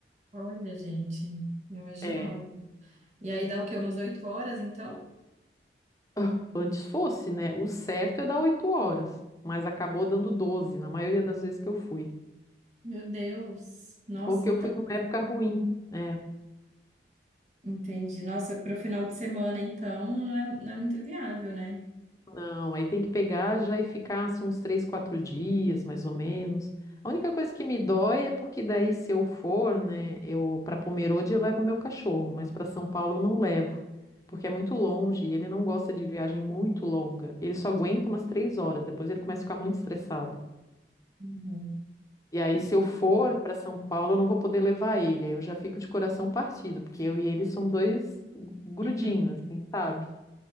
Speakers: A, on the right (about 40°); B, on the left (about 20°).
A: Olha, gente, não imaginava.
B: É.
A: E aí dá o quê? Umas oito horas, então?
B: Ah, Antes fosse, né? O certo é dar oito horas, mas acabou dando 12 na maioria das vezes que eu fui.
A: Meu Deus. Nossa,
B: Ou que
A: então,
B: eu fui numa época ruim. É,
A: entendi. Nossa, para o final de semana, então, não é, não é muito viável, né?
B: Não, aí tem que pegar já e ficar assim, uns três, quatro dias, mais ou menos. A única coisa que me dói é porque daí se eu for, né, eu para Pomerode eu levo meu cachorro, mas para São Paulo eu não levo, porque é muito longe e ele não gosta de viagem muito longa. Ele só aguenta umas três horas, depois ele começa a ficar muito estressado.
A: Uhum,
B: E aí
A: entendi.
B: se eu for para São Paulo eu não vou poder levar ele, aí eu já fico de coração partido, porque eu e ele somos dois grudinhos,
A: <laughs>
B: assim, sabe?